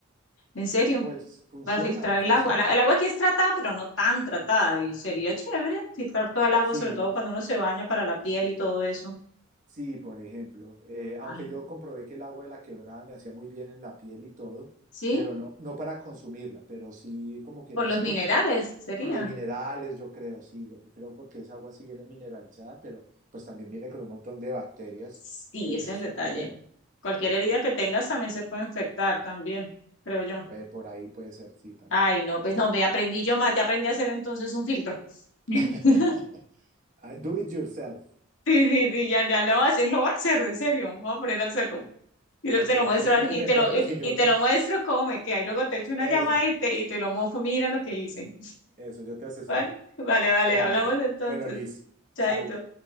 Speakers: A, on the left; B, on the right.
A: en serio,
B: Pues funciona,
A: para filtrar
B: funciona.
A: el agua. La- el agua que es tratada, pero no tan tratada. Y sería chévere filtrar toda el agua,
B: Sí,
A: sobre todo cuando uno se baña para la piel y todo eso.
B: sí, por ejemplo. eh, aunque
A: Ay,
B: yo comprobé que el agua de la quebrada me hacía muy bien en la piel y todo,
A: ¿Sí?
B: pero no, no para consumirla, pero sí como que
A: Por
B: no
A: los
B: sé,
A: minerales
B: como
A: sería.
B: con los minerales, yo creo, sí, yo creo porque esa agua sí viene mineralizada, pero pues también viene con un montón de bacterias,
A: Sí,
B: que
A: ese
B: ese
A: es
B: es
A: el detalle.
B: el problema.
A: Cualquier
B: Es-
A: herida que tengas también se puede infectar también, creo yo.
B: Puede- por ahí puede ser, sí, también.
A: Ay, no, pues no, me aprendí yo más, ya aprendí a hacer entonces un filtro. <laughs>
B: <laughs> Ah, Do it yourself.
A: Sí, sí, sí, ya, ya lo voy a hacer, lo voy a hacer, en serio, voy a poner a hacerlo. Y
B: Bueno,
A: te te lo
B: cualquier
A: muestro,
B: cosa
A: ahor- y
B: me
A: te
B: cuentas
A: lo, y te,
B: y yo
A: y te
B: te...
A: lo muestro cómo me queda. Y luego te echo una
B: Eso,
A: llamada y te, y te lo mofo, mira lo que hice.
B: eso, yo te asesoro.
A: Vale, <laughs> vale, vale,
B: Bueno,
A: hablamos
B: Mati-
A: entonces.
B: bueno, Liz,
A: Chaito.
B: chao.